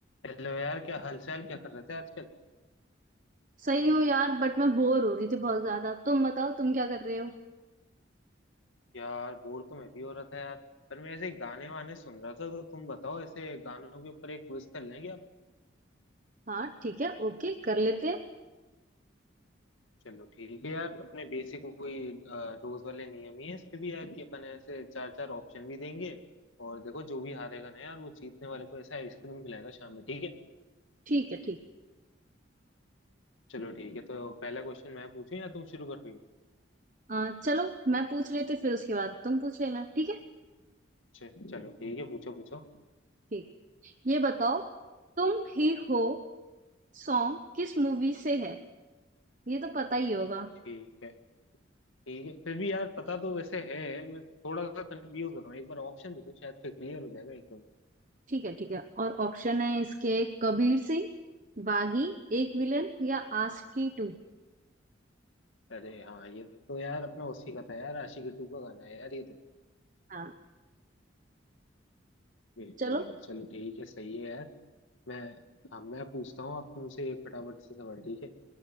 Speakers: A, on the left (about 85°); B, on the right (about 40°).
A: हेलो यार क्या हालचाल क्या कर रहे थे आजकल
B: सही हो यार बट मैं बोर हो रही थी बहुत ज्यादा तुम बताओ तुम क्या कर रहे हो
A: यार बोर तो मैं भी हो रहा था यार पर मैं ऐसे गाने वाने सुन रहा था तो तुम बताओ ऐसे गानों के ऊपर एक क्विज कर लेंगे आप
B: हाँ ठीक है ओके कर लेते हैं
A: चलो ठीक है यार अपने बेसिक वही अ, रोज वाले नियम ही है इसके भी यार कि अपन ऐसे चार चार ऑप्शन भी देंगे और देखो जो भी हारेगा ना यार वो जीतने वाले को ऐसा आइसक्रीम खिलाएगा शाम में ठीक है
B: ठीक है ठीक
A: चलो ठीक है तो पहला क्वेश्चन मैं पूछूं या तुम शुरू कर रही हो
B: आ, चलो मैं पूछ लेते फिर उसके बाद तुम पूछ लेना ठीक है
A: च- चलो ठीक है पूछो पूछो
B: ठीक है। ये बताओ तुम ही हो सॉन्ग किस मूवी से है ये तो पता ही होगा
A: ठीक है ठीक है फिर भी यार पता तो वैसे है मैं थोड़ा सा कंफ्यूज हो रहा हूँ एक बार ऑप्शन दे दो शायद फिर क्लियर हो जाएगा एकदम
B: ठीक है ठीक है और ऑप्शन है इसके कबीर सिंह बागी एक विलन या आशिकी टू
A: अरे हाँ ये तो यार अपना उसी का था यार आशिकी टू का गाना है यार ये तो
B: हाँ
A: बिल्कुल
B: चलो
A: चलो ठीक है सही है यार मैं हाँ मैं पूछता हूँ आप तुमसे एक फटाफट से सवाल ठीक है